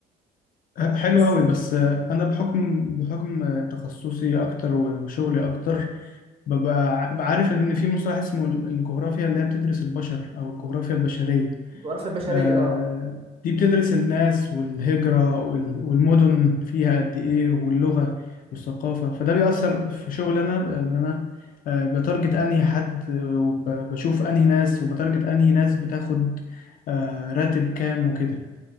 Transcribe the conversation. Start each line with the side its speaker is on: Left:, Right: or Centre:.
Left: ه- حلو
Right: بس
Left: قوي بس آه، انا بحكم بحكم آه، تخصصي اكتر وشغلي اكتر ببقى ع- بعرف ان في مصطلح اسمه ال- الجغرافيا اللي هي بتدرس البشر او الجغرافيا البشرية
Right: الجغرافيا البشريه
Left: آه،
Right: اه
Left: دي بتدرس الناس والهجرة وال- والمدن فيها قد إيه واللغة والثقافة فده بيأثر في شغل أنا إن أنا آه، بتارجت أنهي حد آه، وبشوف أنهي ناس وبتارجت أنهي ناس بتاخد آه، راتب كام وكده